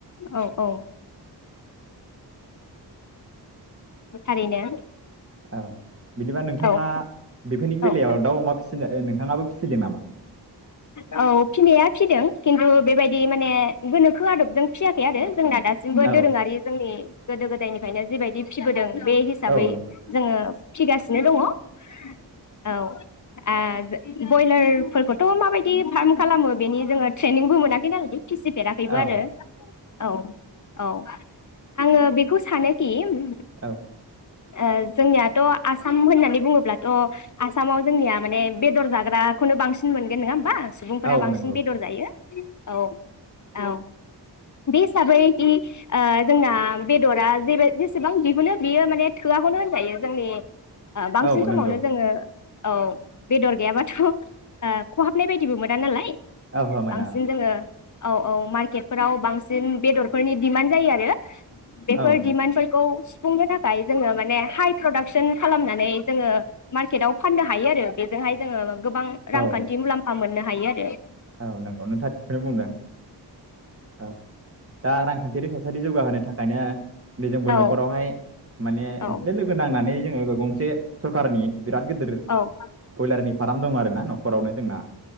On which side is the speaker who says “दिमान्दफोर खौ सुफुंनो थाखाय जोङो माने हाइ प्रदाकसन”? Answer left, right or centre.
Left